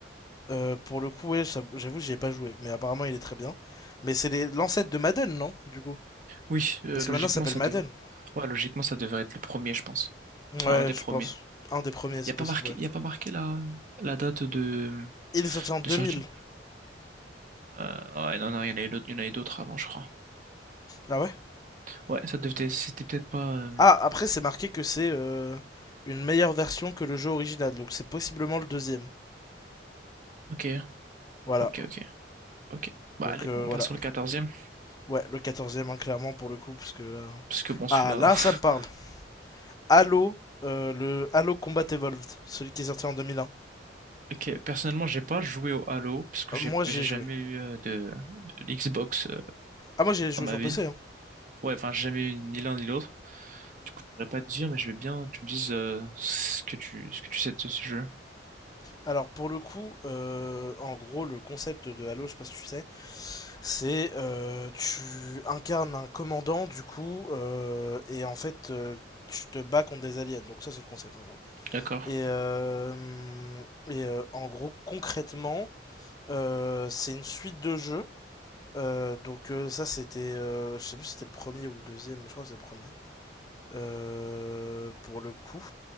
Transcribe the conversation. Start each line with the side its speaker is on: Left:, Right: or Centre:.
Left: Euh, pour le coup, ouais, j'avoue, j'avoue, j'y ai pas joué, mais apparemment il est très bien. Mais c'est les- l'ancêtre de Madden, non? Du coup.
Right: Oui, euh,
Left: Parce
Right: logiquement,
Left: que maintenant ça s'appelle
Right: ça
Left: Madden.
Right: devrait. Ouais, logiquement, ça devrait être le premier, je pense. Enfin,
Left: Ouais,
Right: un des premiers.
Left: je pense. Un des premiers, c'est
Right: Il n'y a pas
Left: possible,
Right: marqué,
Left: ouais.
Right: il y a pas marqué la, la date de,
Left: Il est sorti en 2000.
Right: de sortie? Euh, ouais, non, non, il y en a eu d'autres, il y en a eu d'autres avant, je crois.
Left: Ah ouais?
Right: Ouais, ça devait, c'était peut-être pas. euh,
Left: Ah, après c'est marqué que c'est euh, une meilleure version que le jeu original, donc c'est possiblement le deuxième.
Right: Ok, ok,
Left: Voilà.
Right: ok. Ok. Bah
Left: Donc
Right: allez,
Left: euh,
Right: on
Left: voilà.
Right: passe sur le quatorzième.
Left: Ouais, le 14e, hein, clairement, pour le coup, parce que là...
Right: Parce que bon, celui-là...
Left: Ah, là,
Right: <laughs>
Left: ça me parle. Halo, euh, le Halo Combat Evolved, celui qui est sorti en 2001.
Right: Ok, personnellement, j'ai pas joué au Halo, parce que
Left: Euh,
Right: j'ai
Left: Moi, j'ai
Right: j'ai jamais
Left: joué.
Right: eu euh, de, de Xbox euh,
Left: Ah, moi, j'ai joué
Right: dans ma
Left: sur
Right: vie.
Left: PC, hein.
Right: Ouais, enfin, j'ai jamais eu ni l'un ni l'autre. Du coup, je pourrais pas te dire, mais je veux bien que tu me dises euh, ce que tu, ce que tu sais de ce jeu.
Left: Alors pour le coup, euh, en gros, le concept de Halo, je sais pas si tu sais, c'est euh, tu incarnes un commandant du coup, euh, et en fait euh, tu te bats contre des aliens. Donc ça c'est le concept en gros.
Right: D'accord.
Left: Et, euh, et euh, en gros, concrètement, euh, c'est une suite de jeux. Euh, donc euh, ça c'était, euh, je sais plus si c'était le premier ou le deuxième, mais je crois que c'est le premier. Euh, pour le coup.